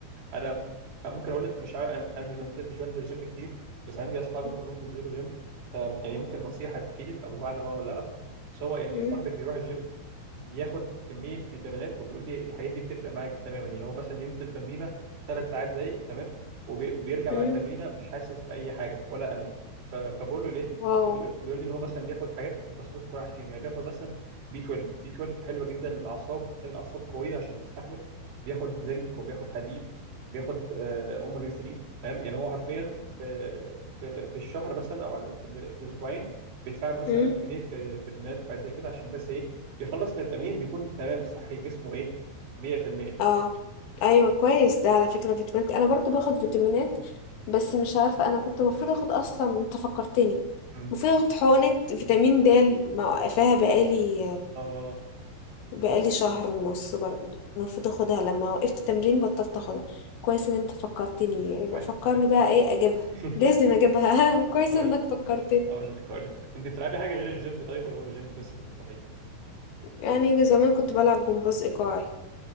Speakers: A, on the right (about 45°); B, on the left (about 70°).
A: انا ممكن اقول لك مش عارف انا أنا مش بنزل مش بنزل الجيم كتير بس عندي اصحابي
B: إمم،
A: كلهم بينزلوا جيم ف يعني ممكن نصيحه تفيدك الله اعلم اه ولا لا بس هو يعني
B: إمم،
A: صاحبي اللي بيروح الجيم بياخد كميه فيتامينات وبيقول لي الحاجات دي بتفرق معاك تماما يعني هو مثلا ينزل تمرينه ثلاث ساعات زيك تمام وبي... وبيرجع
B: إمم،
A: بعد التمرينه مش حاسس باي حاجه ولا الم ف... فبقول له ليه؟
B: واو!
A: فبيقول- بيقول لي ان هو مثلا بياخد حاجات مخصصه لكل واحد فيهم يعني بياخد مثلا بي 12 بي 12 حلوه جدا للاعصاب بتخلي الاعصاب قويه عشان تستحمل بياخد زنك وبياخد حديد بياخد آه، اوميجا 3 تمام يعني هو حرفيا في في, في الشهر مثلا او على- في, ال- في الاسبوعين بيدفع له مثلا
B: إمم.
A: 1000 جنيه في فيتامينات وحاجات زي كده عشان بس ايه يخلص من التمرين بيكون تمام صحي جسمه ايه 100%
B: اه ايوه كويس ده على فكرة فيتامينات انا برضو باخد فيتامينات بس مش عارفة انا كنت المفروض اخد اصلا انت فكرتني
A: امم
B: المفروض اخد حقنة فيتامين د موقفاها بقالي
A: اه
B: بقالي شهر ونص برضو المفروض اخدها لما وقفت تمرين بطلت اخدها كويس ان انت فكرتني يبقى
A: كويس
B: فكرني
A: كويس
B: بقى ايه اجيبها
A: <laughs>
B: لازم اجيبها <laughs> كويس
A: هقول
B: انك فكرتني
A: هقول لك هقول لك انت بتلعبي حاجه غير الجيم طيب ولا هو الجيم بس اللي بتروحيه
B: يعني زمان كنت بلعب جمباز ايقاعي